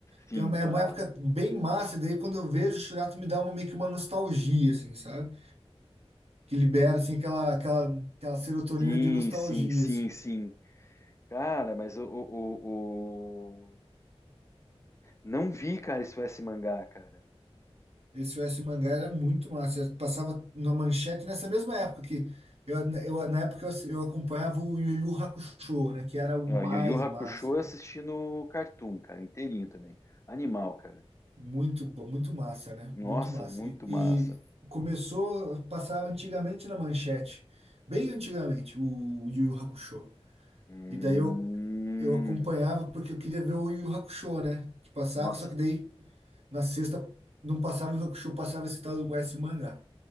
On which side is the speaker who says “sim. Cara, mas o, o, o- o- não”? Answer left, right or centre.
Left